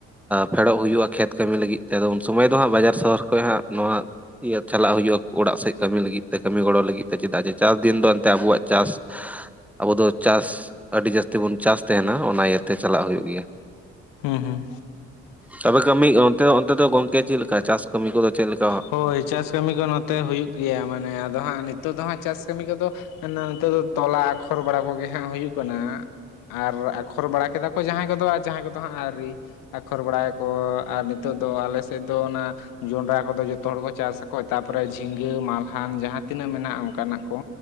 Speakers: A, in the centre; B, on the left.
A: ᱯᱷᱮᱰᱚᱜ ᱦᱩᱭᱩᱜᱼᱟ ᱠᱷᱮᱛ ᱠᱟᱹᱢᱤ ᱞᱟᱹᱜᱤᱫ ᱛᱮ ᱩᱱ ᱥᱚᱢᱚᱭ ᱫᱚ ᱦᱟᱸᱜ ᱵᱟᱡᱟᱨ ᱥᱚᱦᱚᱨ ᱠᱷᱚᱡ ᱦᱟᱸᱜ ᱱᱚᱣᱟ ᱤᱭᱟᱹ ᱪᱟᱞᱟᱜ ᱦᱩᱭᱩᱜᱼᱟ ᱚᱲᱟᱜ ᱥᱮᱫ ᱠᱟᱹᱢᱤ ᱞᱟᱹᱜᱤᱫ ᱛᱮ ᱠᱟᱹᱢᱤ ᱜᱚᱲᱚ ᱞᱟᱹᱜᱤᱫ ᱛᱮ ᱪᱮᱫᱟᱜ ᱡᱮ ᱪᱟᱥ ᱫᱤᱱ ᱫᱚ ᱮᱱᱛᱮ ᱟᱵᱚᱣᱟᱜ ᱪᱟᱥ ᱟᱵᱚ ᱫᱚ ᱪᱟᱥ ᱟᱹᱰᱤ ᱡᱟᱹᱥᱛᱤ ᱵᱚᱱ ᱪᱟᱥ ᱛᱟᱦᱮᱸᱱᱟ ᱚᱱᱟ ᱤᱭᱟᱹᱛᱮ ᱪᱟᱞᱟᱜ ᱦᱩᱭᱩᱜ ᱜᱮᱭᱟ᱾
B: ᱦᱩᱸ ᱦᱩᱸ
A: ᱛᱚᱵᱮ ᱠᱟᱹᱢᱤ ᱚᱱᱛᱮ ᱚᱱᱛᱮ ᱫᱚ ᱜᱚᱝᱠᱮ ᱪᱮᱫ ᱞᱮᱠᱟ ᱪᱟᱥ ᱠᱟᱹᱢᱤ ᱠᱚᱫᱚ ᱪᱮᱫ ᱞᱮᱠᱟ?
B: ᱦᱳᱭ ᱪᱟᱥ ᱠᱟᱹᱢᱤ ᱠᱚ ᱱᱚᱛᱮ ᱦᱩᱭᱩᱜ ᱜᱮᱭᱟ ᱢᱟᱱᱮ ᱟᱫᱚ ᱦᱟᱸᱜ ᱱᱤᱛᱚᱜ ᱱᱤᱛᱚᱜ ᱫᱚ ᱦᱟᱸᱜ ᱪᱟᱥ ᱠᱟᱹᱢᱤ ᱠᱚᱫᱚ ᱱᱤᱛᱚᱜ ᱫᱚ ᱛᱚᱞᱟ ᱟᱠᱷᱚᱨ ᱵᱟᱲᱟ ᱠᱚᱜᱮ ᱦᱟᱸᱜ ᱦᱩᱭᱩᱜ ᱠᱟᱱᱟ᱾ ᱟᱨ ᱟᱠᱷᱚᱨ ᱵᱟᱲᱟ ᱠᱮᱫᱟ ᱠᱚ ᱡᱟᱦᱟᱸᱭ ᱠᱚᱫᱚ ᱟᱨ ᱡᱟᱦᱟᱸᱭ ᱠᱚᱫᱚ ᱦᱟᱸᱜ ᱟᱣᱨᱤ ᱟᱠᱷᱚᱨ ᱵᱟᱲᱟᱭᱟᱠᱚ ᱟᱨ ᱱᱤᱛᱚᱜ ᱫᱚ ᱟᱞᱮ ᱥᱮᱫ ᱫᱚ ᱚᱱᱟ ᱡᱚᱱᱰᱨᱟ ᱠᱚ ᱫᱚ ᱡᱚ ᱡᱷᱚᱛᱚ ᱦᱚᱲ ᱠᱚ ᱪᱟᱥ ᱟᱠᱚ ᱛᱟᱯᱚ ᱨᱮ ᱡᱷᱤᱸᱜᱟᱹ, ᱢᱟᱞᱦᱟᱱ, ᱡᱟᱦᱟᱸ ᱛᱤᱱᱟᱹᱜ ᱢᱮᱱᱟᱜᱼᱟ ᱚᱱᱠᱟᱱᱟᱜ ᱠᱚ